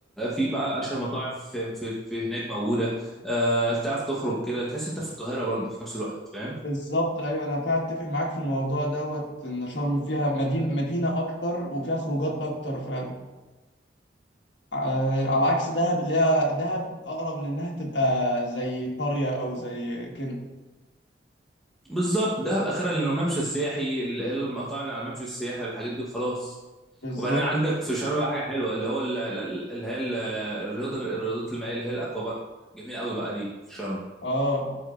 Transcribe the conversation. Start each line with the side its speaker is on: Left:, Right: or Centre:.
Centre: في بقى اشهر مطاعم في, في, في هناك موجوده أه... تعرف تخرج كده تحس انت في القاهره برضو في نفس الوقت فاهم
Left: بالظبط ايوه انا فعلا اتفق معاك في الموضوع دوت ان شرم فيها مدينة مدينة اكتر وفيها خروجات اكتر فعلا ع- على عكس دهب اللي هي دهب اقرب لانها تبقى زي قرية او زي كده
Centre: بالظبط دهب اخرها لانه الممشى السياحي ال- المطاعم اللي على الممشى السياحي الحاجات دي وخلاص
Left: بالظبط
Centre: وبعدين عندك في شرم بقى حاجه حلوه اللي هو ال- ال- اللي هي ال- الرياضه الرياضات المائيه اللي هي الاكوا بارك جميل قوي بقى دي في شرم
Left: اه